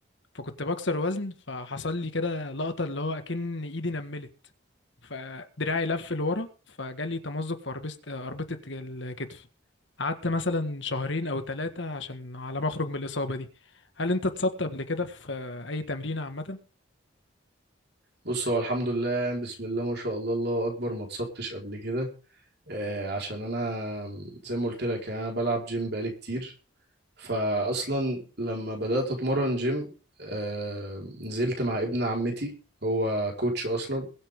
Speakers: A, on the left (about 60°); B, on the right (about 50°).
A: فكنت بكسر وزن فحصل لي كده لقطة اللي هو أكن إيدي نملت فدراعي لف لورا فجالي تمزق في أربطة أربطة الكتف قعدت مثلا شهرين أو ثلاثة عشان على ما أخرج من الإصابة دي هل أنت اتصبت قبل كده في أي تمرينة عامة؟
B: بص هو الحمد لله يعني بسم الله ما شاء الله الله أكبر ما اتصبتش قبل كده أه عشان أنا زي ما قلت لك يعني أنا بلعب جيم بقالي كتير فاصلا لما بدات اتمرن جيم آه، نزلت مع ابن عمتي هو كوتش اصلا